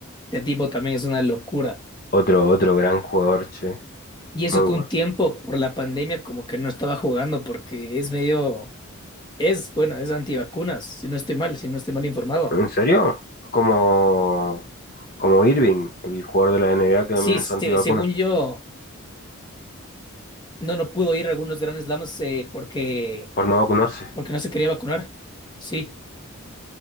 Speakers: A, on the left; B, on the left.
A: Este tipo también es una locura.
B: Otro, otro gran jugador, che.
A: Y eso
B: Muy
A: que
B: bueno.
A: un tiempo por la pandemia como que no estaba jugando porque es medio, es, bueno, es antivacunas, si no estoy mal, si no estoy mal informado.
B: ¿En serio? Como, como Irving, el jugador de la NBA que también
A: Sí,
B: es
A: se-
B: antivacuna,
A: según yo, no, no pudo ir a algunos grandes lamas porque
B: por no vacunarse.
A: porque no se quería vacunar. Sí,